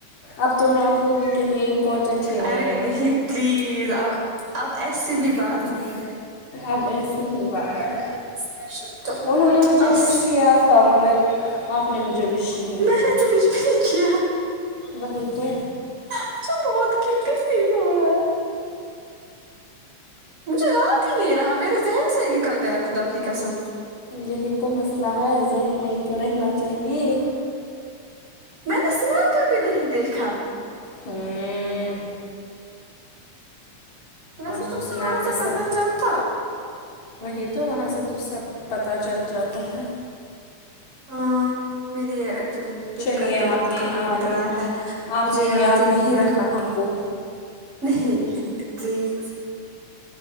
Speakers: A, on the left; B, on the right.
A: اب تو میں آپ لوگوں کے لیے امپورٹنٹ ہی
B: ارے
A: ہوں
B: نہیں پلیز اب اب ایسی بھی بات نہیں ہے
A: اب ایسی ہی
B: یو
A: بات
B: آر
A: ہے
B: آلویز اسپیشل ٹو
A: انہوں نے مجھے
B: اس
A: ویش کیا تھا مگر آپ نے مجھے وش نہیں
B: میں
A: کیا
B: نے تو کچھ بھی نہیں کیا
A: وہی تو
B: مجھے بہت گلٹی فیل ہو رہا ہے مجھے یاد ہی نہیں رہا میرے ذہن سے نکل گیا خدا کی قسم
A: یہی تو مسئلہ ہے ذہن میں ہی تو رہنا چاہیے
B: میں نےاسانپ پہ بھی نہیں دیکھا
A: ہوں
B: ویسے
A: آج
B: تو مجھے
A: سنیپ
B: وہاں سے
A: پہ
B: پتہ
A: سب
B: چلتا
A: وہی تو وہاں سے تو سب پتہ چل جاتا ہے
B: ہاں میری ایکچولی
A: چلیے
B: گھر پہ
A: آپ
B: بہت
A: نے
B: کام
A: آپ
B: پڑ
A: نے
B: رہا ہے
A: آپ
B: مجھے
A: نے
B: یاد ہی نہیں
A: رکھا
B: رہا
A: ہم کو
B: نہیں پلیز